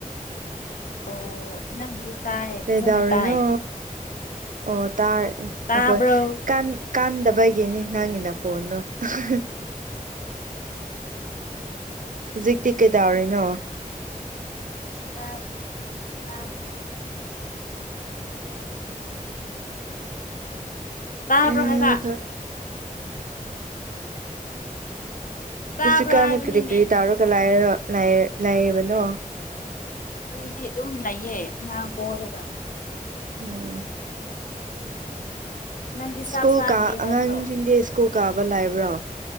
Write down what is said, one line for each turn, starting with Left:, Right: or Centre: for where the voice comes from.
Left: ꯑꯣ ꯅꯪꯒꯤꯗꯤ ꯇꯥꯏꯌꯦ
Right: ꯀꯩꯗꯧꯔꯤꯅꯣ
Left: ꯐꯖꯅ ꯇꯥꯏ
Right: ꯑꯣ ꯇꯥꯔꯦ
Left: ꯇꯥꯕ꯭ꯔꯣ
Right: ꯅꯈꯣꯏ ꯀꯥꯟ ꯀꯟꯗꯕꯒꯤꯅꯤ ꯅꯪꯒꯤ ꯅꯈꯣꯟꯗꯣ <unintelligible> ꯍꯧꯖꯤꯛꯇꯤ ꯀꯩ ꯇꯧꯔꯤꯅꯣ
Left: ꯇꯥꯞ ꯇꯥꯕ꯭ꯔꯥ ꯇꯥꯕ꯭ꯔꯣ
Right: ꯎꯝ
Left: ꯍꯥꯏꯕ
Right: ꯈꯪꯗꯦ
Left: ꯇꯥꯕ꯭ꯔꯣ
Right: ꯍꯧꯖꯤꯛꯀꯥꯟ
Left: ꯍꯥꯏꯕꯅꯤꯃꯤ
Right: ꯀꯔꯤ ꯀꯔꯤ ꯇꯧꯔꯒ ꯂꯩꯔꯔ ꯂꯩ ꯂꯩꯕꯅꯣ
Left: ꯑꯩꯩꯗꯤ ꯑꯗꯨꯝ ꯂꯩꯌꯦ ꯑꯉꯥꯡ ꯄꯣꯔꯒ
Right: ꯎꯝ
Left: ꯅꯪꯗꯤ ꯆꯥꯛ
Right: ꯁ꯭ꯀꯨꯜ
Left: ꯆꯥꯗ꯭ꯔꯤ
Right: ꯀꯥ
Left: ꯍꯥꯏꯕ꯭ꯔꯣ
Right: ꯑꯉꯥꯡꯁꯤꯡꯗꯤ ꯁ꯭ꯀꯨꯜ ꯀꯥꯕ ꯂꯥꯛꯕ꯭ꯔꯣ